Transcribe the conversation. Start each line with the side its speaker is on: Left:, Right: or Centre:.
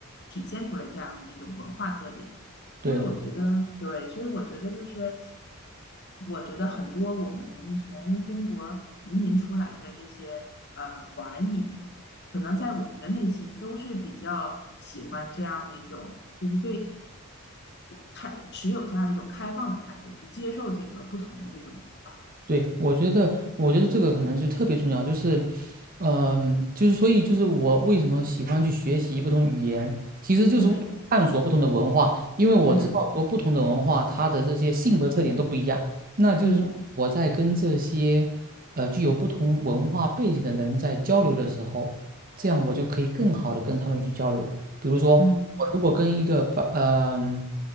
Left: 体现出来这样的一种文化特点。
Right: 对，
Left: 所以我觉得，对，所以我觉得就是，我觉得很多我们从中国移民出来的这些呃华裔，可能在我们的内心都是比较喜欢这样的一种，就是对开持有这样一种开放的态度去接受这个不同的这种文化。
Right: 对，我觉得，我觉得这个可能是特别重要，就是，嗯，就是所以就是我为什么喜欢去学习不同语言，其实就是为了探索不同的文化，
Left: 嗯
Right: 因为我知道说不同的文化它的这些性格特点都不一样，
Left: 嗯
Right: 那就是说我在跟这些呃具有不同文化背景的人在交流的时候，
Left: 嗯
Right: 这样我就可以更好的跟他们去交流。比如说，
Left: 嗯
Right: 我如果跟一个把，呃嗯